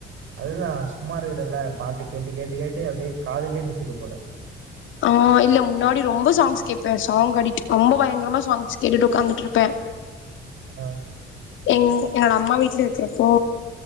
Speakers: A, on the right; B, on the left.
A: அதுதா சும்மா இருக்கரல்ல பாட்டு கேட்டு கேட்டு கேட்டு அப்டியே காதுலயே நிக்குது போல
B: ஆ இல்ல முன்னாடி ரொம்ப சாங்ஸ் கேப்பே சாங் அடிக்ட் ரொம்ப பயங்கரமா சாங்ஸ் கேட்டுட்டு உட்காந்துட்டு இருப்பே
A: ஆ
B: எங் என்னோட அம்மா வீட்ல இருக்கிறப்போ